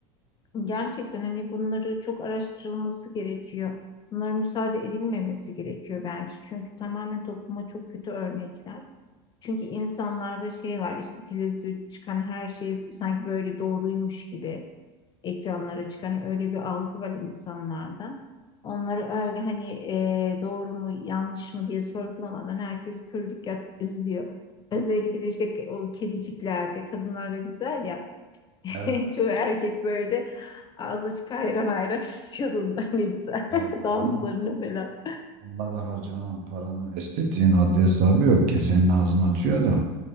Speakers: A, on the left; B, on the right.
A: Gerçekten hani bunları çok araştırılması gerekiyor. Bunlara müsaade edilmemesi gerekiyor bence. Çünkü tamamen topluma çok kötü örnekler. Çünkü insanlarda şey var işte televizyonda çıkan her şey sanki böyle doğruymuş gibi ekranlara çıkan hani, öyle bir algı var insanlarda. Onları öyle hani e, doğru mu yanlış mı diye sorgulamadan herkes pür dikkat izliyor. Özellikle de işte o kediciklerde kadınlar da güzel ya. <laughs>
B: evet
A: Çoğu erkek böyle ağzı açık hayran hayran istiyordun <laughs> ne güzel
B: yani
A: <laughs> danslarını
B: ama
A: falan.
B: onlara harcanan paranın estetiğin haddi hesabı yok ki senin ağzını açıyor adam.